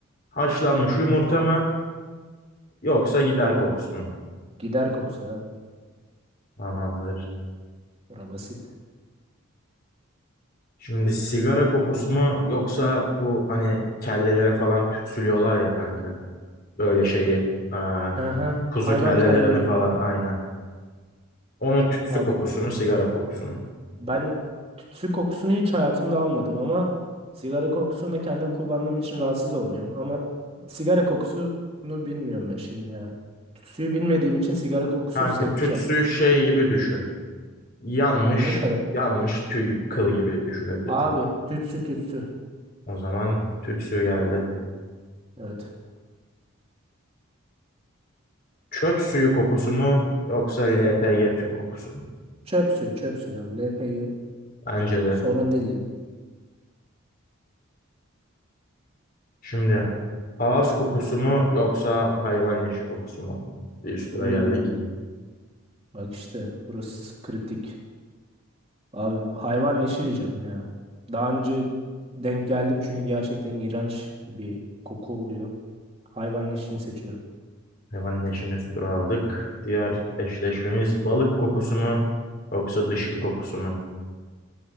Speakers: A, on the left; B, on the right.
A: Haşlanmış yumurta mı? Yoksa gider kokusu mu?
B: Gider kokusu abi.
A: Tamamdır.
B: Bura basit.
A: Şimdi sigara kokusu mu? Yoksa bu hani kellelere falan tütsülüyorlar ya kanka. Böyle şeyi e,
B: Aha,
A: kuzu
B: hayvan
A: kellelerini
B: kellelerin.
A: falan aynen. Onun tütsü
B: Abi
A: kokusunu, sigara kokusunu.
B: ben tütsü kokusunu hiç hayatımda almadım ama sigara kokusunu da kendim kullandığım için rahatsız olmuyorum. Ama sigara kokusunu bilmiyorum ben şimdi ya. Tütsüyü bilmediğim için sigara kokusu
A: Kanka
B: seçeceğim.
A: tütsü şey gibi düşün. Yanmış,
B: Ne kadar?
A: yanmış tüy kıl gibi düşünebiliriz.
B: Abi tütsü tütsü.
A: O zaman tütsü geldi.
B: Evet.
A: Çöp suyu kokusu mu yoksa LPG tüp kokusu mu?
B: Çöp suyu çöp suyu abi. LPG
A: Bence de.
B: sorun değil yani.
A: Şimdi ağız kokusu mu yoksa hayvan leşi kokusu mu? Bir üst tura
B: Hmm,
A: geldik.
B: bak işte burası kritik. Abi hayvan leşi diyeceğim ya. Daha önce denk geldim çünkü gerçekten iğrenç bir koku oluyor. Hayvan leşini seçiyorum.
A: Hayvan leşini üst tura aldık. Diğer eşleşmemiz balık kokusu mu yoksa dışkı kokusu mu?